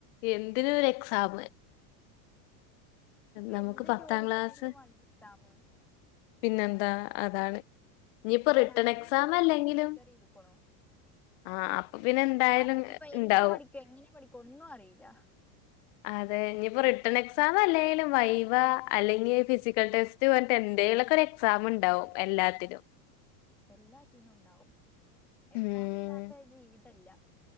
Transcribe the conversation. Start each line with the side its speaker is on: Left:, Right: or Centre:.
Left: എന്തിന ഒരു എക്സാമ്
Centre: ഇപ്പൊ
Left: നമുക്ക്
Centre: എന്ത്
Left: പത്താം
Centre: ജോലിക്കാണെങ്കിലും
Left: ക്ലാസ്
Centre: വേണ്ടേ എക്സാമ്
Left: പിന്നെന്താ അതാണ് ഇനിയിപ്പോ
Centre: ഇപ്പ
Left: റിട്ടേൺ
Centre: നാനെ
Left: എക്സാം
Centre: പിഎസ്
Left: അല്ലെങ്കിലും
Centre: സിക്ക് രജിസ്റ്റർ ചെയ്തെകുണു
Left: ആ അപ്പൊ പിന്നെ എന്തായാലും
Centre: അതിനിപ്പ
Left: ഉണ്ടാവും
Centre: എന്താ പഠിക്ക എങ്ങനെ പഠിക്കും ഒന്നും അറിയില്ല
Left: അതെ ഇനിയിപ്പോ റിട്ടേൺ എക്സാം അല്ലെങ്കിലും വൈവ അല്ലെങ്കിൽ ഫിസിക്കൽ ടെസ്റ്റ് പോട്ട് എ എന്തേലോക്കൊരു ഒരു എക്സാം ഉണ്ടാവും എല്ലാത്തിനും
Centre: എല്ലാറ്റനും ഉണ്ടാവും എക്സാം
Left: ഉം
Centre: ഇല്ലാത്ത ജീവിതല്ല